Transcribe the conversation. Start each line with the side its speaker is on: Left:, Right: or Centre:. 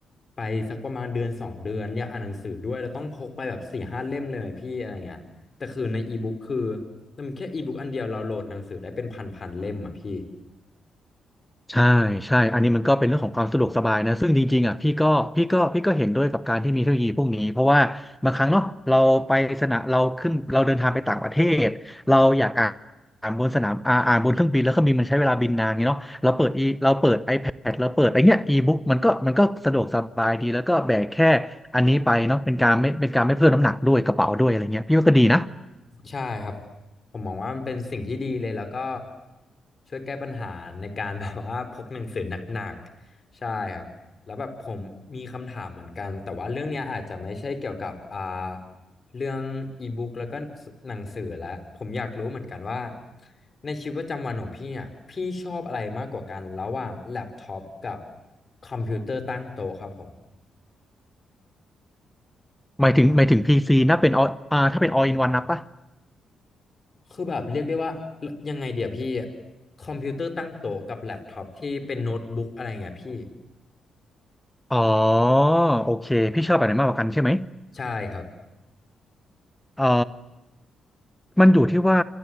Left: ไปสักประมาณเดือนสองเดือนอยากอ่านหนังสือด้วยเราต้องพกไปแบบสี่ห้าเล่มเลยไหมพี่อะไรเงี้ยแต่คือในอีบุ๊กคือมันแค่อีบุ๊กอันเดียวเราโหลดหนังสือได้เป็นพันพันเล่มอ่ะพี่
Centre: ใช่ใช่อันนี้มันก็เป็นเรื่องของความสะดวกสบายนะซึ่งจริงๆอ่ะพี่ก็พี่ก็พี่ก็เห็นด้วยกับการที่มีเทคโนโลยีพวกนี้เพราะว่าบางครั้งเนาะเราไปสนามเราขึ้นเราเดินทางไปต่างประเทศเราอยากอ่านอ่านบนสนามอ่านอ่านบนเครื่องบินแล้วเครื่องบินมันใช้เวลาบินนานไงเนาะเราเปิดอีเราเปิด iPad เราเปิดไอเนี้ยอีบุ๊กมันก็มันก็สะดวกสบายดีแล้วก็แบกแค่อันนี้ไปเนาะเป็นการไม่เป็นการไม่เพิ่มน้ำหนักด้วยกระเป๋าด้วยอะไรเงี้ยพี่ว่าก็ดีนะ
Left: ใช่ครับผมมองว่ามันเป็นสิ่งที่ดีเลยแล้วก็ช่วยแก้ปัญหาในการ <laughs> แบบว่าพกหนังสือหนักๆใช่ครับแล้วแบบผมมีคำถามเหมือนกันแต่ว่าเรื่องเนี้ยอาจจะไม่ใช่เกี่ยวกับอ่าเรื่องอีบุ๊กแล้วก็หนังสือแล้วผมอยากรู้เหมือนกันว่าในชีวิตประจำวันของพี่อ่ะพี่ชอบอะไรมากกว่ากันระหว่างแล็ปท็อปกับคอมพิวเตอร์ตั้งโต๊ะครับผม
Centre: หมายถึงหมายถึงพีซีนะเป็นออ่าถ้าเป็น all in one นับปะ
Left: คือแบบเรียกได้ว่ายังไงเดี๋ยวพี่คอมพิวเตอร์ตั้งโต๊ะกับแล็ปท็อปที่เป็นโน้ตบุ๊กอะไรเงี้ยพี่
Centre: อ๋อโอเคพี่ชอบแบบไหนมากกว่ากันใช่ไหม
Left: ใช่ครับ
Centre: เอ่อมันอยู่ที่ว่า